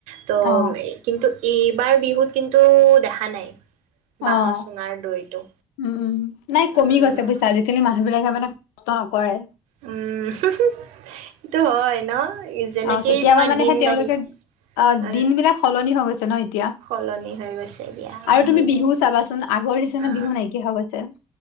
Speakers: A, on the right; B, on the left.
A: ত'
B: অ
A: কিন্তু এইবাৰ বিহুত কিন্তু দেখা নাই।
B: অ
A: বাঁহৰ চুঙাৰ দৈটো।
B: উম নাই কমি
A: উম।
B: গৈছে বুইছা আজিকালি মানুহ বিলাকে মানে কষ্ট নকৰে
A: উম সেটো হয় ন? যেনেকেই
B: অ' কেতিয়াবা
A: তোমাৰ
B: মানেহে
A: দিন
B: তেওঁলোকে
A: বাঢ়িছে
B: অ
A: এ
B: দিন বিলাক সলনি হৈ গৈছে। <inaudible>
A: সলনি হৈ গৈছে দিয়া
B: আৰু
A: মানুহলৈ
B: তুমি বিহু চাবাচোন আগৰ নিচিনা
A: আহ
B: বিহু নাইকিয়া হৈ গৈছে